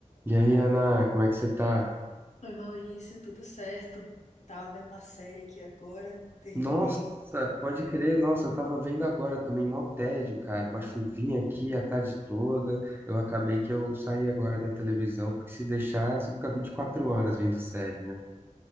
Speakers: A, on the right (about 15°); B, on the left (about 65°).
A: E aí, Ana, como é que você tá?
B: Oi, Maurício, tudo certo? Tava vendo uma série aqui agora, terminei.
A: Nossa, pode crer, nossa, eu tava vendo agora também, mó tédio, cara, uma chuvinha aqui a tarde toda, eu acabei que eu saí agora da televisão, porque se deixar, você fica 24 horas vendo série, né?